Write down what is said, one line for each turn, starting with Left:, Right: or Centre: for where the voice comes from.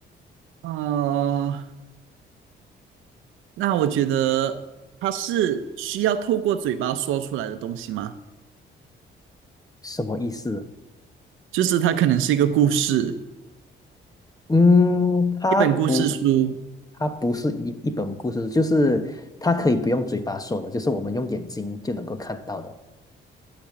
Right: 啊、呃那我觉得它是需要透过嘴巴说出来的东西吗？
Left: 什么意思？
Right: 就是它可能是一个故事，
Left: 嗯，它不，
Right: 一本故事书。
Left: 它不是一一本故事，就是它可以不用嘴巴说的，就是我们用眼睛就能够看到的。